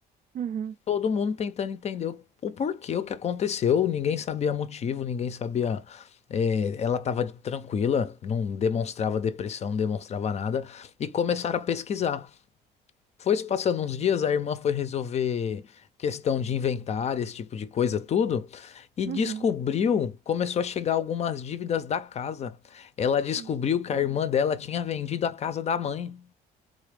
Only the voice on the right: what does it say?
Uhum,
uhum.
Nossa.